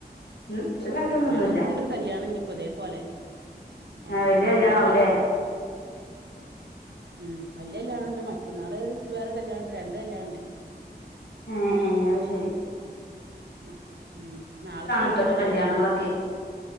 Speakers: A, on the left; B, on the right.
A: ഉം സ്പെഷ്യലായിട്ടൊന്നുംന്നുല്ല
B: ഞങ്ങൾക്കുണ്ട് ര് കല്യാണം ഇനിപ്പോ ഇതേ പോലെ. ഏ
A: വല്യ കല്യാണാവൂലേ
B: നാളെ. ഉം വല്യ കല്യാണ ഉണ്ട് മറ്റന്നാള് വേറെൊ കല്യാണണ്ട് രണ്ണ്ട് കല്യാണ്ട്.
A: എ ഏ അഹ് ശെരി.
B: ആ ഉം നാളത്തെ വല്യ
A: ഇപ്പത്തെ
B: പരിവാട്യാണെ.
A: കല്യാണങ്ങളൊക്കെ